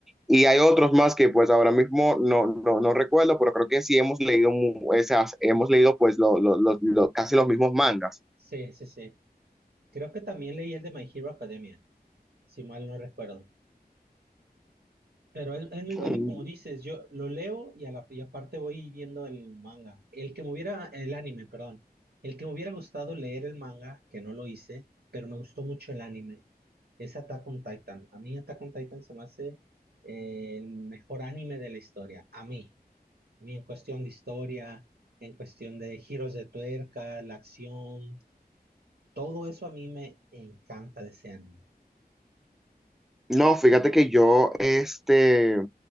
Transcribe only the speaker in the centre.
Y hay otros más que pues ahora mismo no, no, no recuerdo, pero creo que sí hemos leído, esas, hemos leído pues lo, lo, lo, lo, casi los mismos mangas.
Mm.
No, fíjate que yo este,